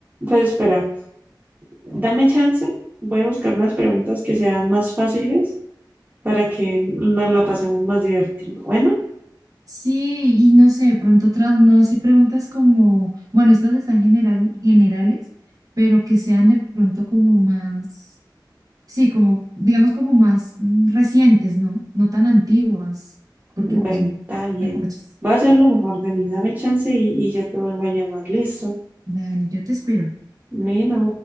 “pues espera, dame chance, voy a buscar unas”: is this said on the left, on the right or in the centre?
Right